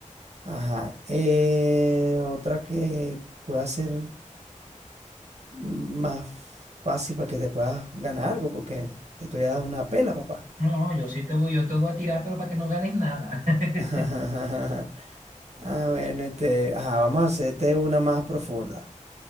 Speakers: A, on the right (about 55°); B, on the right (about 80°).
A: Ajá. eh, otra que pueda ser más fácil para que te puedas ganar algo, porque te estoy dando una pela, papá.
B: No, yo sí te voy, yo te voy a tirar, pero para que no ganes nada. <laughs>
A: <laughs> Ah, bueno, este, ajá, vamos a hacerte una más profunda.